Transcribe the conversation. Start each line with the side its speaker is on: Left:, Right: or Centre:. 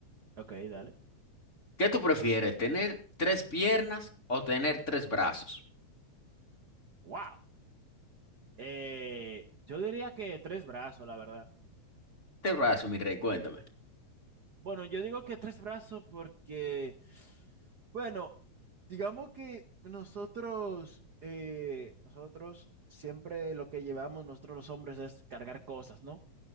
Right: ok, dale.
Left: ¿qué tú prefieres, tener tres piernas o tener tres brazos?
Right: ¡Wow! Eh, yo diría que tres brazos, la verdad.
Left: Tres brazos, mi rey, cuéntame.
Right: Bueno, yo digo que tres brazos porque, bueno, digamos que nosotros, eh, nosotros siempre lo que llevamos nosotros los hombres es cargar cosas, ¿no?